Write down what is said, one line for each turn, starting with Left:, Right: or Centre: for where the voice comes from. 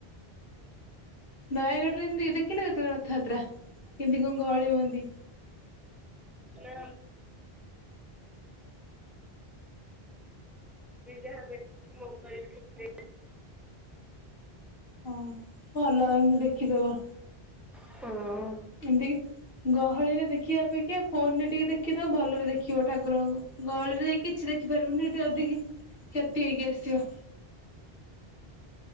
Left: ନୟାଗଡ଼ରେ <unintelligible> ଦେ କିନା କେତେବେଳେ ରଥଯାତ୍ରା କେମିତି କଣ ଗହଳି ହୁଅନ୍ତି?
Centre: <unintelligible> ଯିଏ ଯାହା ଦେଖୁଚି ମୋବାଇଲ୍ <unintelligible>
Left: ହଁ, ଭଲ ଏମତି ଦେଖିଦବ।
Centre: ଉଁ
Left: ଏମତିକି ଗହଳିରେ ଦେଖିବା ଅପେକ୍ଷା, ଫୋନରେ ଟିକେ ଦେଖିଦବ ଭଲରେ ଦେଖିବ ଠାକୁରଙ୍କୁ। ଗହଳିରେ ଯାଇକି କିଛି ଦେଖିପାରିବୁନି, ଏଠି ଅଧିକି କ୍ଷତି ହେଇକି ଆସିବ।